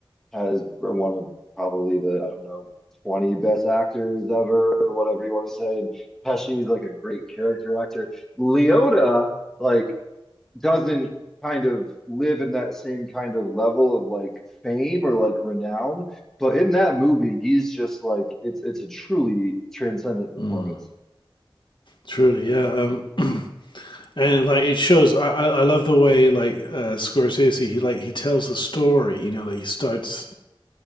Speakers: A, in the centre; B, on the left (about 60°).
A: has one of probably the I don't know. 20 best actors ever, or whatever you want to say. And Pesci's like a great character actor. Liotta like doesn't kind of live in that same kind of level of like fame or like renown. But in that movie, he's just like it's it's a truly transcendent performance.
B: mm. truly, yeah. Um, <clears throat> And like it shows, I, I I love the way like uh, Scorsese he like he tells the story. You know, like he starts